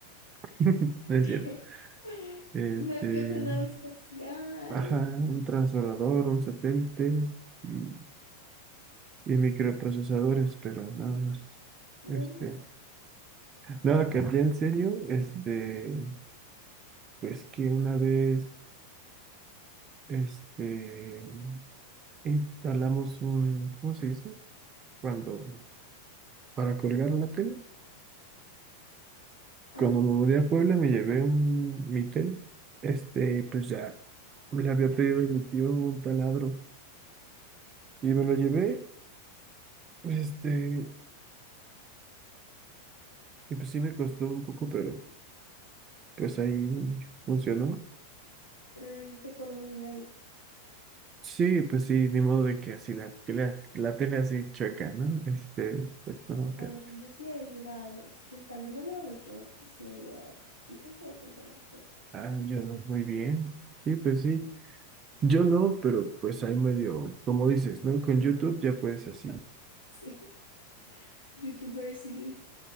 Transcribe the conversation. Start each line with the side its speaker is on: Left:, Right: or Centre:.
Right: <laughs> no es
Left: <laughs>
Right: cierto. este,
Left: Una que otra nave espacial,
Right: ajá, un transbordador, un satélite y, y microprocesadores, pero nada más.
Left: nada
Right: Este,
Left: más.
Right: nada que ya en serio, este, pues que una vez, este, instalamos un, ¿cómo se dice? Cuando, para colgar la tele.
Left: Ah,
Right: Cuando
Left: s-
Right: me mudé a Puebla me llevé un, mi tele, este, pues ya le había pedido a mi tío un taladro y me lo llevé, este, Y pues sí me costó un poco, pero pues ahí funcionó.
Left: pero lo hiciste con un nivel.
Right: Sí, pues sí, ni modo de que así la, que la, la tele así chueca, ¿no? Este, pues no, que-
Left: Ah, porque yo sí he ayudado. S- yo- tal vez no lo hago yo, pero sí he ayudado. Sí sé cómo se hacen las cosas.
Right: ah, yo no, muy bien. Sí, pues sí. Yo no, pero pues ahí medio, como dices, ¿no? Con YouTube ya puedes así.
Left: Sí. <laughs> YouTubersity.